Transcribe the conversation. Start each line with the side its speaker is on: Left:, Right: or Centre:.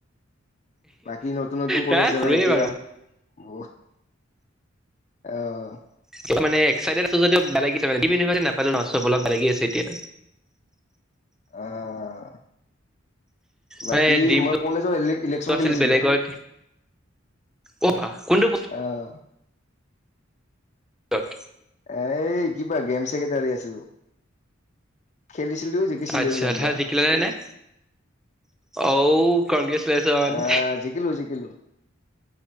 Left: বাকী নতুন নতুন কলেজ
Centre: তাই
Left: যাবা
Centre: সৰুৱে
Left: এতিয়া।
Centre: বাৰু
Left: মই অহ।
Centre: কিবা মানে এক্সইটেড আছোঁ যদি বেয়া লাগি আছে মইউনিভাৰ নাপালে ন চব অলপ ব লাগি আছে এতিয়া।
Left: অহ বাকী
Centre: মানে ড্ৰিমটো
Left: মই কলেজৰ ইলেকচন
Centre: আছিল
Left: খেলিছিলোঁ
Centre: বেলেগত অ বা কোনটো
Left: অহ।
Centre: পোষ্টত
Left: এই কিবা গেম ছেক্ৰেটাৰী আছিলো খেলিছিলো জিকিছিলোও
Centre: আতচ্ছা
Left: যেনিবা
Centre: থাত সিকিলা নে নাই অঔ। কংগ্ৰেছ শ্লেলেচন।
Left: আহ জিকিলো জিকিলো